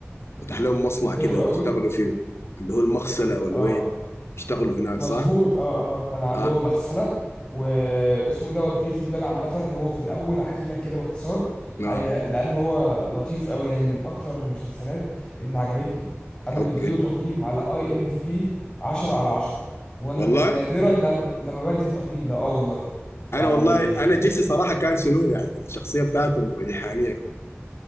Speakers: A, on the left; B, on the left.
A: فتح لهم مصنع
B: حلو
A: كده يشتغلوا
B: قوي
A: فيه اللي هو المغسله ولا
B: اه
A: وين يشتغلوا هناك
B: مظبوط
A: صح؟
B: اه اه كان عندهم
A: آه
B: مغسله واسمه ايه دوت بريكنج باد عامه هو في الاول هحكي لك كده باختصار
A: اه
B: هي لان هو لطيف قوي يعني من اكتر المسلسلات ان عجبتني انا
A: اوكي
B: مديله تقييم على اي ام دي بي 10 على 10 وانا
A: والله
B: نادرا لما لما بدي التقييم ده اه والله يعني
A: انا والله انا جيسي صراحه كان شنو يعني الشخصيه بتاعته الريحانيه